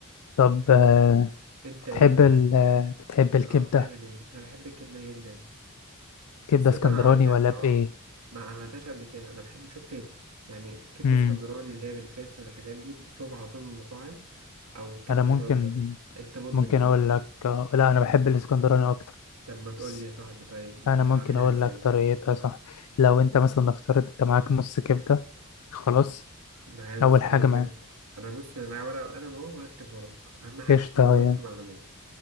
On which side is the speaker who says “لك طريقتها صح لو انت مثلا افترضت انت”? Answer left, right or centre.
Left